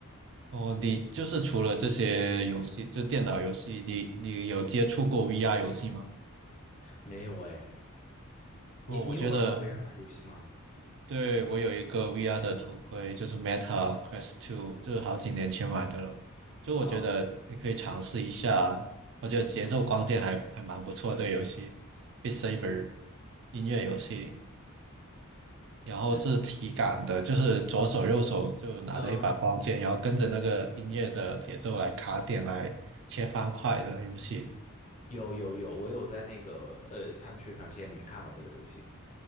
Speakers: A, on the right; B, on the left.
A: 哦，你就是除了这些游戏，就电脑游戏，你你有接触过 VR 游戏吗？
B: 没有哎，
A: 哦，
B: 你你有玩到
A: 我觉得
B: VR 游戏吗？
A: 对，我有一个 VR 的头盔，就是 Meta Quest Two，就是好几年前买的了。就我觉得你可以尝试一下，
B: 哇哦，
A: 我觉得节奏光剑还还蛮不错，这个游戏 b e t Saber 音乐游戏，然后是体感的，
B: 这
A: 就是左手右手就拿着一把光剑，
B: 嗯
A: 然后跟着那个音乐的节奏来卡点来切方块的游戏。
B: 有有有，我有在那个呃他们宣传片里面看到那个东西。